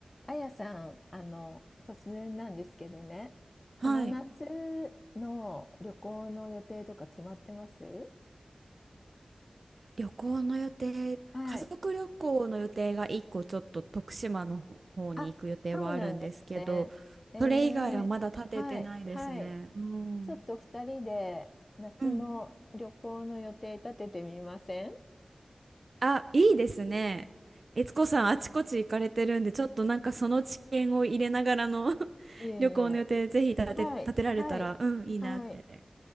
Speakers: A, on the left; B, on the right.
A: あやさん、あの、突然なんですけどね、
B: はい。
A: この夏の旅行の予定とか決まってます
B: 旅行の予定、
A: はい。
B: 家族旅行の予定が1個ちょっと徳島の方に行く予定はあるんですけど、
A: あ、そうなんですね。えー、
B: それ以外はまだ立ててないですね。
A: はい、はい。
B: うん。
A: ちょっと2人で夏の旅行の予定立ててみません
B: うん。あ、いいですね。悦子さん、あちこち行かれてるんで、ちょっとなんかその知見を入れながらの <laughs>
A: いえいえ。
B: 旅行の予定、ぜひ立て、
A: はい、
B: 立てられたら、
A: はい、
B: うん、いいなって。
A: はい。